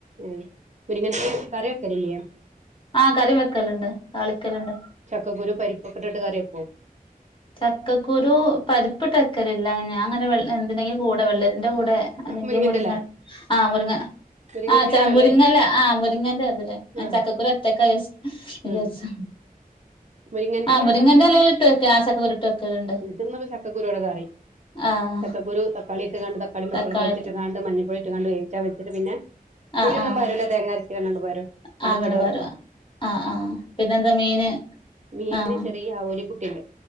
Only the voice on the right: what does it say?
ഉം മുരിങ്ങന്റല് കറിവെ ക്കലില്ലേ
ചക്കക്കുരു പരിപ്പോക്കെട്ടിട്ട് കറിവെക്കോ
മുരിങ്ങന്റെല
മുരിങ്ങന്റെലിം
വെള്ളേം
ആഹ്
ഉം മുരിങ്ങന്റെല
ഇന്ക്ക് ഇന്ന് ചക്കക്കുരുട കറി
ചക്കക്കുരു തക്കാളിയിട്ട്ങ്ങാണ്ട് തക്കാളി പച്ചോളകും
പൊളിച്ചിട്ട്ങ്ങാണ്ട് മഞ്ഞപ്പൊടി ഇട്ട് ങ്ങാണ്ട് വേവിച്ചാ വച്ചിട്ട് പിന്നെ പുളിഒന്നും
വരിഇഡലില്ല തേങ്ങാരച്ങ്ങാണ്ട്പാരും ഇന്നിട്ട്
കട്കർക്കും
മീന്
ചെറിയ ആവോലി കുട്ടിണ്ട്